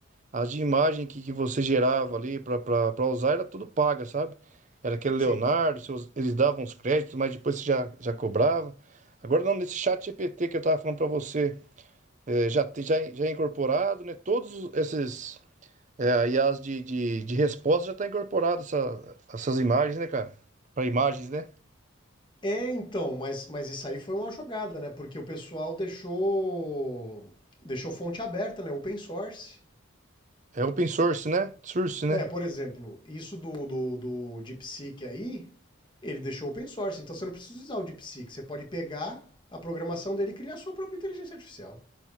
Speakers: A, on the right; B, on the left.
A: as de imagem que, que você gerava ali para usar era tudo paga, sabe? Era aquele Leonardo,
B: Sim.
A: seus- eles davam os créditos, mas depois você já, já cobrava. Agora não, nesse chat GPT que eu estava falando para você, é, já, tem- já, já é incorporado, né? Todos esses é, aí as de, de, de resposta já está incorporado essa- essas imagens, né, cara? Para imagens, né?
B: É, então, mas, mas isso aí foi uma jogada, né? Porque o pessoal deixou deixou fonte aberta, né? Open source.
A: É open source, né? Source, né?
B: É, por exemplo, isso do, do, do DeepSeek aí, ele deixou open source, então você não precisa usar o DeepSeek, você pode pegar a programação dele e criar a sua própria inteligência artificial.